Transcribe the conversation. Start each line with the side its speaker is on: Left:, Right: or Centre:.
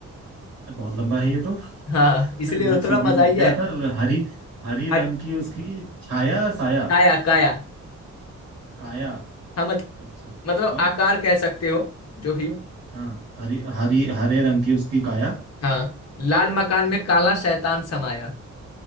Right: अरे बहुत लंबा है ये तो
Left: हाँ इसलिए
Right: <laughs> मैं
Left: वो
Right: सुन
Left: थोड़ा
Right: भी
Left: मजाहिया
Right: नहीं क्या
Left: है
Right: था हरी हरी रंग
Left: हर
Right: की उसकी छाया साया
Left: काया काया
Right: काया
Left: हाँ मत,
Right: अच्छा
Left: मतलब
Right: और
Left: आकार कह सकते हो जो भी
Right: हाँ हरी हरी हरे रंग की उसकी काया
Left: हाँ लाल मकान में काला शैतान समाया